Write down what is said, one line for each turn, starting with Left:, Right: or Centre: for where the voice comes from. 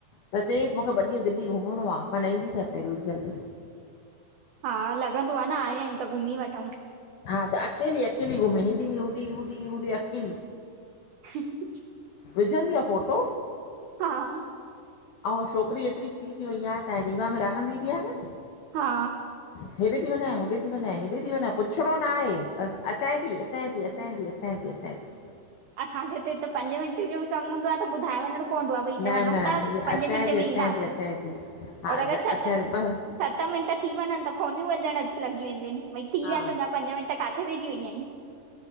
Left: त चयईसि मूंखे ॿ ॾींहं दिल्ली घुमणो आहे मां न ईंदी सई पहिरि जल्दी।
Right: हा लॻंदो आ न आया आहियूं त घुमी वठूं।
Left: हा त अकेली अकेली घुमे हेॾी होॾी होॾी होॾी अकेली।
Right: <unintelligible>
Left: विझंदीआ फोटो
Right: हा हा
Left: ओं छोकिरी एतिरी फ्री थी वई आ चाहे रीवा में रहंदी बि आ न।
Right: हा
Left: ह हेॾे थी वञाां होॾे थी वञा हेॾे थी हेॾे थी वञाए होंॾे थी वञाए हेॾे थी वञे पुछणो ना आहे बसि अचे थी अचे थी अचे थी अचे थी अचे थी।
Right: असांजे हिते पंजे मिंट जो कम हूंदो आहे ॿुधाए वञणो पवंदो आहे भई हिते
Left: न
Right: वञूं
Left: न
Right: त
Left: हीअ
Right: पंजे
Left: अचांए
Right: मिंटे
Left: थी
Right: में ईंदासीं
Left: अचांए थी अचांए थी, हा
Right: और अगरि छात
Left: अचांए थी बसि
Right: सत मिंट थी वञन त फोनियूं वजण अची लॻ वेंदूं आहिन भई थी
Left: हा
Right: विया तूंंहिंजा पंज मिंट काथे। किथे रहिजी वई आहीं --